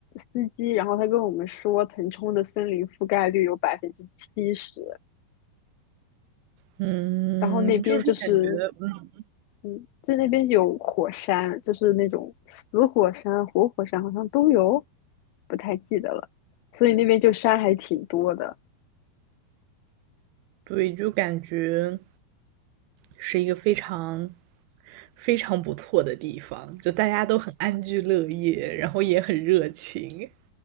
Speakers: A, on the left; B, on the right.
A: 司机，然后他跟我们说腾冲的森林覆盖率有百分之七十，
B: 嗯，
A: 然后那边就是。
B: 就是感觉，嗯，
A: 嗯，在那边有火山，就是那种死火山、活火山，好像都有，不太记得了。所以那边就山还挺多的。
B: 对，就感觉是一个非常非常不错的地方，就大家都很安居乐业，然后也很热情。